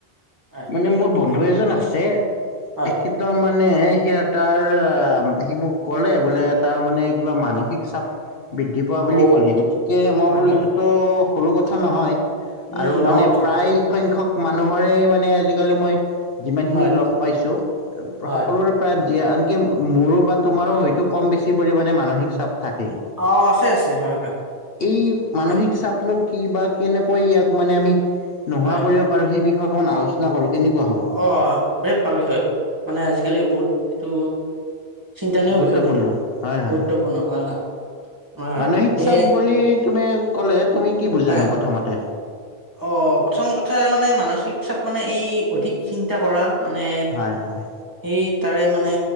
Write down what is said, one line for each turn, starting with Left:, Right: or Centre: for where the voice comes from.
Right: আ
Left: মানে মোৰ বন্ধু এজন আছে
Right: হয়
Left: তেখেত ত মানে সি তাৰ সি মোক ক'লে বোলে তাৰ মানে কিবা মানসিক চাপ বৃদ্ধি পোৱা বুলি
Right: অ
Left: ক'লে গতিকে মই
Right: হয়
Left: বোলো
Right: হয়
Left: এইটোতো
Right: হয়।
Left: সৰু কথা নহয়
Right: উম
Left: আৰু
Right: ডাঙৰ
Left: মানে
Right: কথা
Left: প্ৰায় সংখ্যক মানুহৰে মানে আজিকালি মই যিমান খিনি
Right: হয়
Left: লগ পাইছো
Right: হয়
Left: সকলোৰে প্ৰায় আনকি মোৰো বা তোমাৰো হয়তো কম বেছি পৰিমাণে মানসিক চাপ থাকেই
Right: অ আছে আছে হয় হয়
Left: ই
Right: হয়
Left: মানসিক চাপনো কি বা কেনেকৈ ইয়াক মানে আমি নোহোৱা
Right: হয়
Left: কৰিব বাৰু সেই বিষয়ে অকমান আলোচনা কৰো কেনেকুৱা হব
Right: অ বিৰাট ভাল বিষয় মানে আজিকালি বহুত এইটো চিন্তানীয়
Left: গুৰুত্বপূৰ্ণ
Right: বিষয় কিন্তু
Left: হয় হয়
Right: গুৰুত্বপূৰ্ণ হয় হয় হয়
Left: মানসিক
Right: আৰু সেয়ে
Left: চাপ বুলি তুমি ক'লে তুমি কি বুজানো
Right: হ
Left: প্ৰথমতে
Right: অ প্ৰথম কথা মানে মানসিক চাপ মানে এই অধিক চিন্তা কৰা মানে
Left: হয় হয়
Right: সেই তাৰে মানে